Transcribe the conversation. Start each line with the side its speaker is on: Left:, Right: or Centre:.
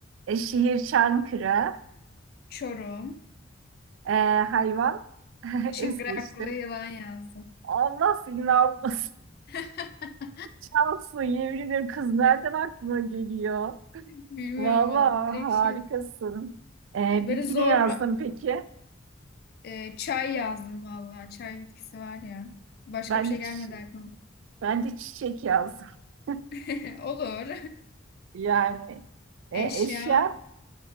Right: E, şehir Çankırı.
Left: Çorum.
Right: Ee, hayvan <laughs>
Left: Çıngıraklı
Right: es geçtim.
Left: yılan yazdım.
Right: Allah seni ne yapmasın.
Left: <laughs>
Right: Cansu yemin ederim kız nereden aklına geliyor?
Left: Bilmiyorum
Right: Vallahi
Left: vallahi. Direkt
Right: harikasın.
Left: şey.
Right: Ee,
Left: e, Böyle
Right: bitki
Left: zor
Right: ne yazdın peki?
Left: e, çay yazdım valla. Çay bitkisi var ya. Başka
Right: Ben
Left: bir şey
Right: de, çi-
Left: gelmedi aklıma.
Right: ben de çiçek yazdım. <laughs>
Left: <laughs> Olur.
Right: Yani e,
Left: Eşya.
Right: eşya